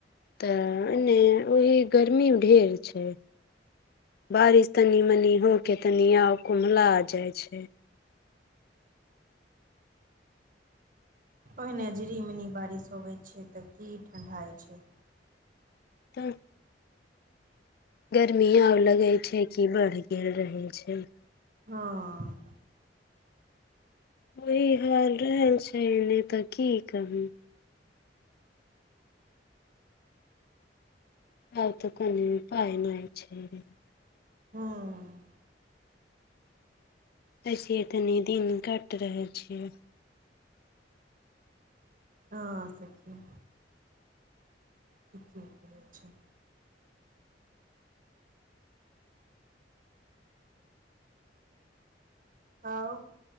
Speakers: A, on the left; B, on the right.
A: तऽ एने ओहि गर्मी ढेर छै। बारिश तनि मनि होके तनि और कुम्भला जाइ छै।
B: ओहिना झिनि मिनी बारिश होबै छै तऽ की ठण्डा होइ छै।
A: तऽ। गर्मी आर लगै छै कि बढ़ गेल रहै छै।
B: हँ।
A: ओहि हाल रहै छै नहि तऽ की कहू। और तऽ कोनो उपाय नहि छै।
B: हँ।
A: ऐसे एतनी दिन कट रहल छै।
B: हँ सखि। ठीके कहै छै। और